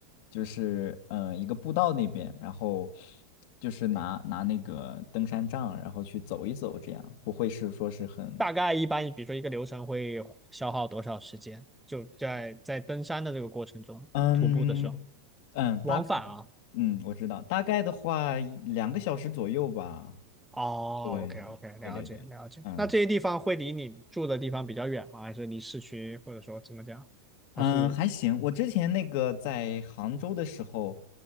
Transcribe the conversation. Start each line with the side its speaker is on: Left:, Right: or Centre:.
Left: 就是嗯、呃一个步道那边，然后就是拿拿那个登山杖，然后去走一走，这样不会是说是很
Centre: 大概一般比如说一个流程会消耗多少时间？就在在登山的这个过程中，
Left: 嗯嗯
Centre: 徒步的时候
Left: 嗯大
Centre: 往返啊。
Left: 嗯我知道，大概的话两个小时左右吧，
Centre: 哦，OK
Left: 对对对对，
Centre: OK，了解了解。
Left: 嗯。
Centre: 那这些地方会离你住的地方比较远吗？还是离市区，或者说怎么讲？
Left: 嗯，
Centre: 还是
Left: 还行。我之前那个在杭州的时候，